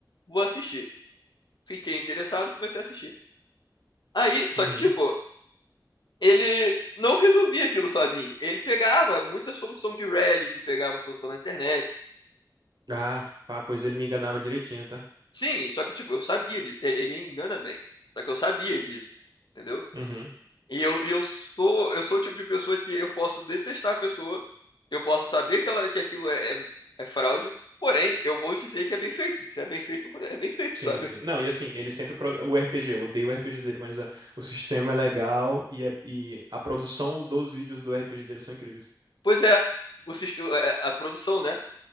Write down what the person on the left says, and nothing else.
vou assistir. Fiquei interessado, comecei a assistir. Aí, só
que, tipo, ele não resolvia aquilo sozinho. Ele pegava muita solução de Reddit, pegava solução na internet.
Sim, só que, tipo, eu sabia disso. Ele, ele engana bem. Só que eu sabia disso, entendeu?
E eu, e eu sou, eu sou o tipo de pessoa que eu posso detestar a pessoa, eu posso saber que, ela, que aquilo é, é, é fraude, porém, eu vou dizer que é bem feito. Se é bem feito, é bem feito,
sabe?
Pois é, o, sis- é, a produção, né?